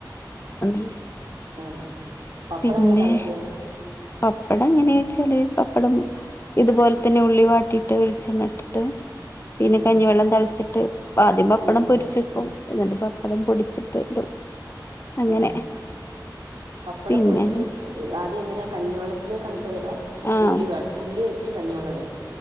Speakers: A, on the left; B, on the right.
A: <unintelligible>
B: ഉം പപ്പടം
A: പിന്നെ
B: എങ്ങനെ താളിക്ക
A: പപ്പടം എങ്ങനെയച്ചാല് പപ്പടം ഇതുപോലെ തന്നെ ഉള്ളി വാട്ടിയിട്ട് വെളിച്ചെണ്ണ ഇട്ടിട്ട് പിന്നെ
B: ഉം
A: കഞ്ഞിവെള്ളം തളിച്ചിട്ട് ആദ്യം പപ്പട
B: ഉം
A: പൊരിച്ചെക്കും എന്നിട്ട് പപ്പടം പൊടിച്ചിട്ട് ഇടും. അങ്ങനെ
B: ആ പപ്പടം
A: പിന്നെ
B: പൊരിച്ച് ആദ്യം ഇങ്ങനെ കഞ്ഞിവെള്ളത്തിലേക്ക് ആണുപ്പ്തിടാ
A: ആഹ്
B: ഉള്ളി വാടി ഉള്ളി വെച്ചിട്ട് കഞ്ഞി വെള്ളമിടും